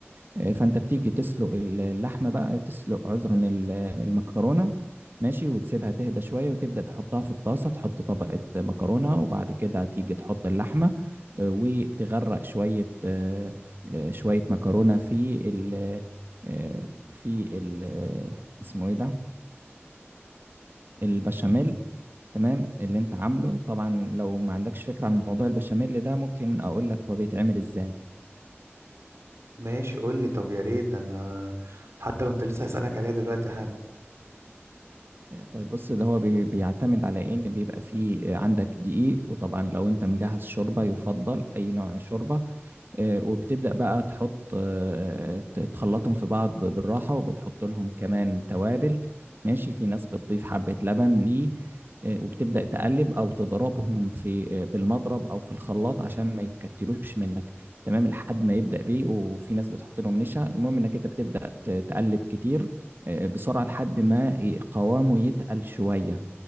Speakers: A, on the right; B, on the right.
A: آه، فانت بتيجي تسلق اللحمه بقى تسلق عذرا المكرونه ماشي وتسيبها تهدى شويه وتبدا تحطها في الطاسه تحط طبقه مكرونه وبعد كده تيجي تحط اللحمه آه، وتغرق شويه آه، آه، شويه مكرونه في ال آه، في ال آه، اسمه ايه ده البشاميل تمام اللي انت عامله طبعا لو ما عندكش فكره عن موضوع البشاميل ده ممكن اقول لك هو بيتعمل ازاي
B: ماشي قول لي طب يا ريت ده انا حتى كنت لسه هسألك عليها دلوقتي حالا
A: طيب بص ده هو بي- بيعتمد على ان بيبقى فيه عندك دقيق وطبعا لو انت مجهز شوربه يفضل اي نوع من الشوربه آه، وبتبدأ بقى تحط آه، ت- تخلطهم في بعض بالراحة وبتحط لهم كمان توابل ماشي في ناس بتضيف حبة لبن ليه آه، وبتبدأ تقلب أو تضربهم في آه، بالمضرب أو في الخلاط عشان ما يتكتلوش منك تمام لحد ما يبدأ بيه وفي ناس بتحط لهم نشا المهم إنك أنت بتبدأ ت- تقلب كتير آه، بسرعة لحد ما قوامه يتقل شوية